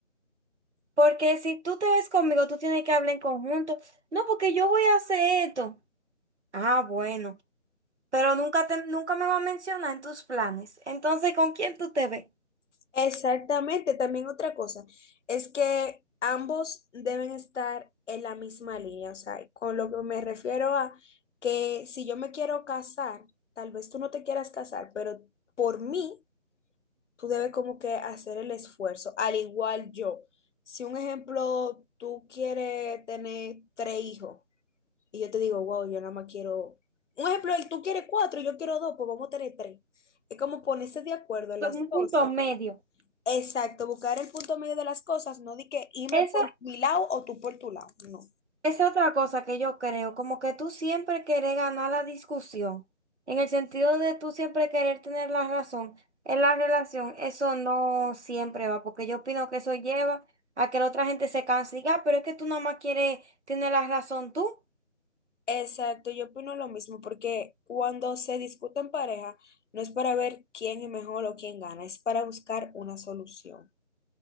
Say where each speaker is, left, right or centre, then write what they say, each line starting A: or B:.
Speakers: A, on the right; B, on the left.
A: Porque si tú te ves conmigo, tú tienes que hablar en conjunto. No, porque yo voy a hacer esto. Ah, bueno, pero nunca te, nunca me va a mencionar en tus planes. Entonces, ¿con quién tú te ves?
B: Exactamente, también otra cosa es que ambos deben estar en la misma línea, o sea, con lo que me refiero a que si yo me quiero casar, tal vez tú no te quieras casar, pero por mí tú debes como que hacer el esfuerzo, al igual yo. Si un ejemplo, tú quieres tener tres hijos y yo te digo, wow, yo nada más quiero, un ejemplo, tú quieres cuatro y yo quiero dos, pues vamos a tener tres. Es como ponerse de acuerdo en las
A: un
B: cosas.
A: punto medio.
B: Exacto, buscar el punto medio de las cosas, no di que irme
A: Esa
B: por mi lado o tú por tu lado, no.
A: es otra cosa que yo creo, como que tú siempre querés ganar la discusión, en el sentido de tú siempre querer tener la razón en la relación, eso no siempre va, porque yo opino que eso lleva a que la otra gente se canse y diga, "Ah, pero es que tú nada más quieres tener la razón tú.
B: Exacto, yo opino lo mismo, porque cuando se discute en pareja, no es para ver quién es mejor o quién gana, es para buscar una solución.